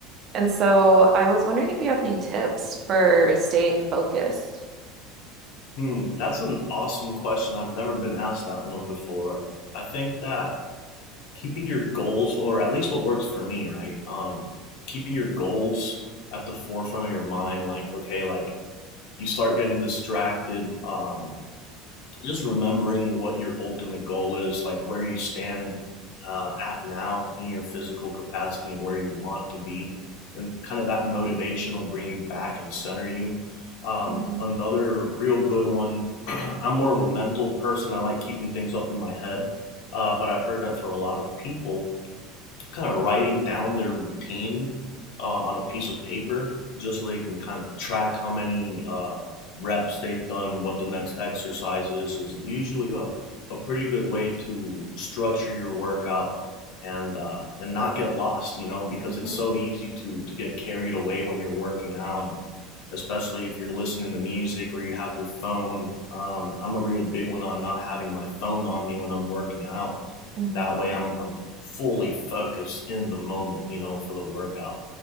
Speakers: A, on the right; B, on the left.
A: And so I was wondering if you have any tips for staying focused.
B: Hmm, that's an awesome question. I've never been asked that one before. I think that keeping your goals, or at least what works for me, right? Um, keeping your goals at the forefront of your mind. Like, okay, like you start getting distracted. Um, just remembering what your ultimate goal is, like where you stand uh, at now in your physical capacity and where you want to be. And kind of that motivation will bring you back and center you. Um,
A: hmm
B: another real good one, <clears throat> I'm more of a mental person. I like keeping things up in my head, uh, but I've heard that for a lot of people, kind of writing down their routine uh, on a piece of paper just so they can kind of track how many uh, reps they've done, what the next exercise is, is usually a, a pretty good way to structure your workout and uh, and not get lost, you know, because
A: hmm
B: it's so easy to to get carried away when you're working out, and especially if you're listening to music or you have your phone. Um, I'm a real big one on not having my phone on me when I'm working out.
A: hmm
B: That way, I'm I'm fully focused in the moment, you know, for the workout.